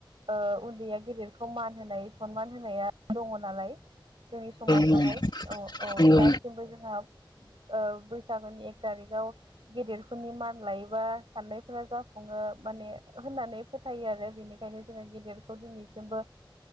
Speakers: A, on the right; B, on the left.
A: ओ उन्दैया गेदेरखौ मान होनाय सनमान होनाया दङ नालाय जोंनि समाजावहाय
B: नोंथां
A: औ औ
B: नंगौ नंगौ
A: दासिमबो जोंहा ओ बैसागोनि एक थारिखआव गेदेरफोरनि मान लायोबा साननायफोरा जाफुङो माने होननानै फोथायो आरो बेनिखायनो जोङो गेदेरखौ दिनैसिमबो